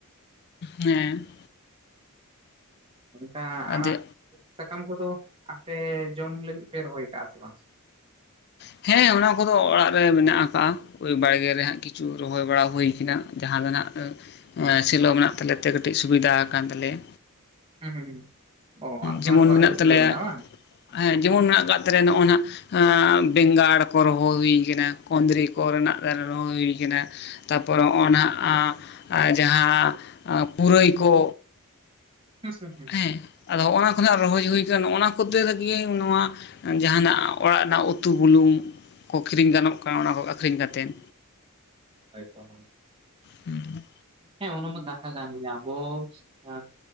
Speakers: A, on the left; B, on the right.
A: ᱦᱮᱸᱼᱼ
B: ᱚᱱᱠᱟ
A: ᱟᱫᱚ
B: ᱟᱲᱟᱜ ᱥᱟᱠᱟᱢ ᱠᱚᱫᱚ ᱟᱯᱮ ᱡᱚᱢ ᱞᱟᱹᱜᱤᱫ ᱯᱮ ᱨᱚᱦᱚᱭ ᱠᱟᱜᱼᱟ ᱥᱮ ᱵᱟᱝ
A: ᱦᱮᱸ ᱚᱱᱟ ᱠᱚᱫᱚ ᱚᱲᱟᱜ ᱨᱮ ᱢᱮᱱᱟᱜ ᱟᱠᱟᱜᱼᱟ ᱳᱭ ᱵᱟᱲᱜᱮ ᱨᱮ ᱦᱟᱸᱜ ᱠᱤᱼᱼ ᱠᱤᱪᱷᱩ ᱨᱚᱦᱚᱭ ᱵᱟᱲᱟ ᱦᱩᱭ ᱠᱟᱱᱟ ᱡᱟᱦᱟᱸ ᱫᱚᱱᱟᱜᱼᱼ ᱮᱸ ᱥᱮᱞᱚ ᱢᱮᱱᱟᱜ ᱛᱟᱞᱮᱭᱟ ᱛᱮ ᱠᱟᱹᱴᱤᱡ ᱥᱩᱵᱤᱫᱷᱟ ᱟᱠᱟᱱ ᱛᱟᱞᱮᱭᱟ
B: ᱦᱩᱸᱼᱦᱩᱸᱼᱦᱩᱸ ᱚᱸ ᱟᱯᱱᱟᱨ
A: ᱡᱮᱢᱚᱱ
B: ᱠᱚᱣᱟᱜ
A: ᱢᱮᱱᱟᱜ
B: ᱜᱮ ᱥᱮᱞᱚ
A: ᱛᱟᱞᱮᱭᱟ
B: ᱢᱮᱱᱟᱜᱼᱟ ᱵᱟᱝ
A: ᱦᱮᱸ ᱡᱮᱢᱚᱱ <unintelligible> ᱦᱟᱜ ᱟᱸᱼᱼ ᱵᱮᱸᱜᱟᱲ ᱠᱚ ᱨᱚᱦᱚᱭ ᱦᱩᱭ ᱠᱟᱱᱟ ᱠᱩᱸᱫᱽᱨᱤ ᱠᱚ ᱨᱮᱱᱟᱜ ᱫᱟᱨᱮ ᱨᱚᱦᱚᱭ ᱦᱩᱭ ᱠᱟᱱᱟ ᱛᱟ ᱯᱚᱨᱮᱜᱼᱚ ᱱᱚᱜ ᱟᱸ ᱡᱟᱦᱟᱸ ᱟᱸ ᱯᱩᱨᱟᱹᱭ ᱠᱚ
B: ᱦᱩᱸ ᱦᱩᱸ ᱦᱩᱸ
A: ᱦᱮᱸ ᱟᱫᱚ ᱦᱚᱸᱜᱼᱚ ᱱᱟ ᱠᱷᱚᱱᱟᱜ ᱨᱚᱦᱚᱭ ᱦᱩᱭ ᱟᱠᱟᱱ ᱱᱚᱜᱼᱚ ᱱᱟ ᱠᱚᱛᱮ ᱜᱤᱭᱮ ᱱᱚᱣᱟ ᱡᱟᱦᱟᱱᱟᱜ ᱚᱲᱟᱜ ᱨᱮᱱᱟᱜ ᱩᱛᱩ ᱵᱩᱞᱩᱝ ᱠᱚ ᱠᱤᱨᱤᱧ ᱜᱟᱱᱚᱜ ᱠᱟᱱᱟ ᱚᱱᱟ ᱠᱚ ᱟᱹᱠᱷᱨᱤᱧ ᱠᱟᱛᱮᱫ
B: ᱦᱚᱭ ᱛᱚ
A: ᱦᱩᱸ
B: ᱦᱮᱸ ᱚᱱᱟᱢᱟ ᱠᱟᱛᱷᱟ ᱠᱟᱱ ᱜᱮᱭᱟ ᱟᱵᱚ ᱮᱸᱼᱼ